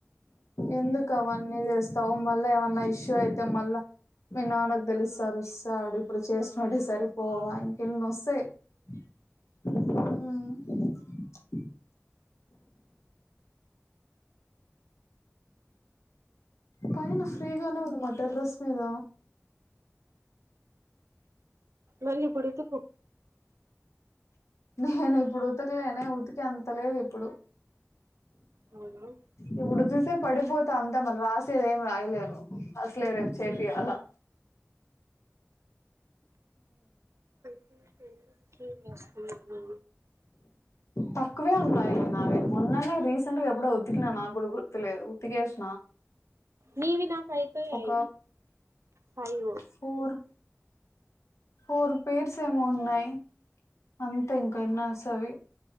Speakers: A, on the left; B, on the right.
A: ఎందుకు అవన్నీ చేస్తా స్టవ మళ్ళా ఏమన్నా ఇష్యూ అయితే మళ్ళా మీ నాన్నకు తెలుస్తారుస్తాడు ఇప్పుడు చేసినోడు సరిపోవా ఇంకెళ వస్త స ఆ పైన ఫ్రీగానే ఉంది మ టెర్రస్ మీద
B: మళీ పడుతుకు
A: నేను ఇప్పుడు ఉతకలేనే ఉతికి ఎంత లేదు ఇప్పుడు
B: అవునా
A: ఇ ఉడుదు ే పడిపోత అంతా మళ్ రాసేది ఏం రాయలేదు అస్లే రేపు
B: ఐ
A: చేపి అలా
B: థింక్ అన్ని రిసీవ్ చేస్తున్నాను
A: తక్కువే ఉన్నాయిలే నవే మొన్ననే రీస ఎప్పుడ ఉతికినా నాకు కూడా గుర్తులేదు ఉతికేస్త
B: మావి నాక్ అయితై
A: ఒక
B: <inaudible> ఫైవో
A: ఫోర్ ఫోర్ పేర్స్ ఏమో ఉన్నాయి అంతా ఇం కన్నాసవి